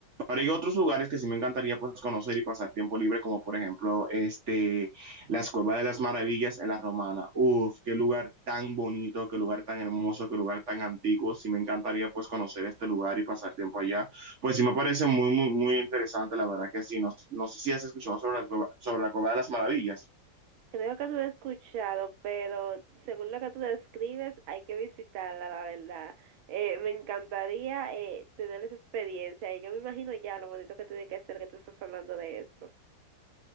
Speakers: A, on the right; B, on the right.
A: Pero hay otros lugares que sí me encantaría pues conocer y pasar tiempo libre como por ejemplo este, la Cueva de las Maravillas en La Romana. Uf, qué lugar tan bonito, qué lugar tan hermoso, qué lugar tan antiguo. Sí me encantaría pues conocer este lugar y pasar tiempo allá. Pues sí me parece muy, muy, muy interesante, la verdad que sí. No, no sé si has escuchado sobre la, sobre la Cueva de las Maravillas.
B: Creo que tú lo he escuchado, pero según lo que tú describes, hay que visitarla, la verdad. Eh, me encantaría eh, tener esa experiencia y yo me imagino ya lo bonito que tiene que ser que tú estás hablando de eso.